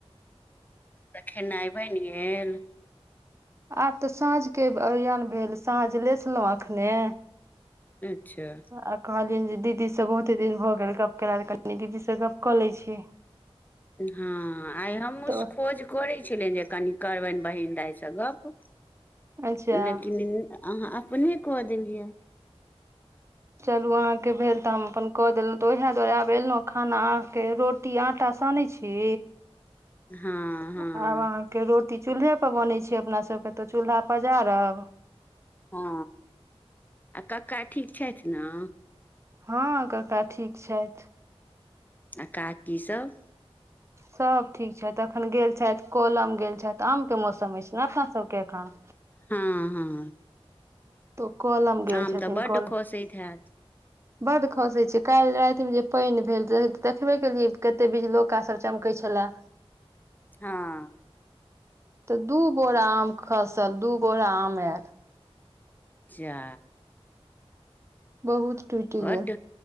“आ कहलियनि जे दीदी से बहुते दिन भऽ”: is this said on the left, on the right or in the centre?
Right